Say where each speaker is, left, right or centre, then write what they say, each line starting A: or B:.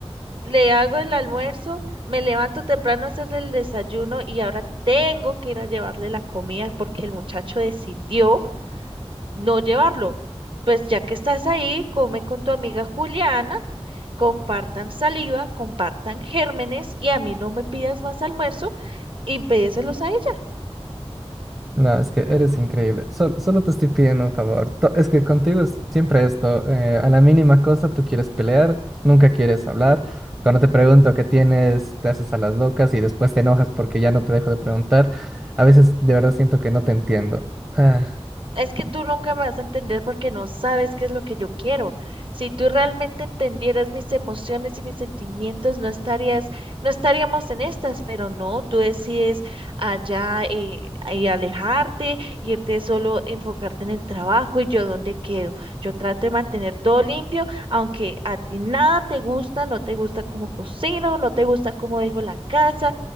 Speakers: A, on the right (about 55°); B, on the right (about 25°).
A: le hago el almuerzo, me levanto temprano a hacerle el desayuno y ahora tengo que ir a llevarle la comida porque el muchacho decidió no llevarlo. Pues ya que estás ahí, come con tu amiga Juliana, compartan saliva, compartan gérmenes y a mí no me pidas más almuerzo y pedíselos a ella.
B: No, es que eres increíble. Sol- solo te estoy pidiendo un favor. To- es que contigo es siempre esto. eh, a la mínima cosa tú quieres pelear, nunca quieres hablar. Cuando te pregunto qué tienes, te haces a las locas y después te enojas porque ya no te dejo de preguntar. A veces de verdad siento que no te entiendo. Ah,
A: Es que tú nunca me vas a entender porque no sabes qué es lo que yo quiero. Si tú realmente entendieras mis emociones y mis sentimientos, no estarías, no estaríamos en estas, pero no, tú decides allá y, y alejarte, irte solo, enfocarte en el trabajo y yo dónde quedo. Yo trato de mantener todo limpio, aunque a ti nada te gusta, no te gusta cómo cocino, no te gusta cómo dejo la casa